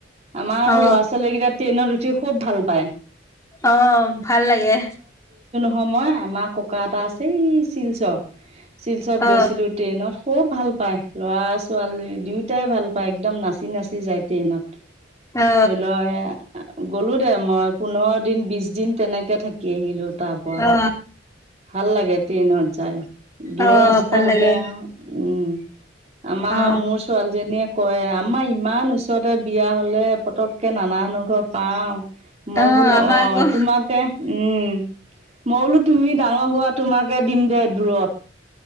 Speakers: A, on the right; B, on the left.
A: আমাৰ
B: অ
A: ল'ৰা ছোৱালীকেইটাত- ট্ৰেইনত উঠি খুব ভাল পায়।
B: অ ভাল লাগে।
A: হয় মই আমাৰ ককা এটা আছে এই শিলচৰ। শিলচৰত
B: অ
A: গৈছিলো ট্ৰেইনত খব ভাল পাই ল'ৰা ছোৱালী- দুয়োটাই ভাল পায় একদম নাচি নাচি যায় ট্ৰেইনত,
B: অ
A: ধৰি লোৱা- গ'লো দে মই পোন্ধৰ দিন বিশ দিন তেনেকে থাকি আহিলো। তাৰ পোৱা,
B: অ
A: ভাল লাগে ট্ৰেইনত জাই। দূৰৰ
B: অ
A: ৰাস্তা
B: ভাল
A: হলে
B: লাগে
A: আৰু উম, আমাৰ
B: অ
A: মোৰ- ছোৱালীজনীয়ে কয় আমাৰ ইমান ওচৰতে বিয়া হলে পতককে নানা হনহ ঘৰ পাওঁ। মই
B: অ
A: বোলো
B: আমাৰ
A: অ
B: আকৌ
A: তোমাকে উম। মই বোলো তুমি ডাঙৰ হোৱা তোমাকে দিম দে দূৰত।